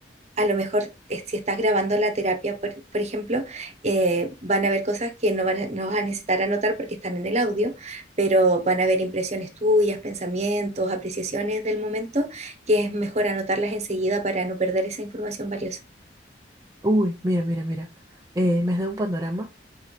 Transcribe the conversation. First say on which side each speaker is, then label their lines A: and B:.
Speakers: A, on the right; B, on the right.
A: A lo mejor, eh, si estás grabando la terapia, por, por ejemplo, eh, van a haber cosas que no, van a- no vas a necesitar anotar porque están en el audio, pero van a haber impresiones tuyas, pensamientos, apreciaciones del momento, que es mejor anotarlas enseguida para no perder esa información valiosa.
B: Uy, mira, mira, mira. Eh, me has dado un panorama.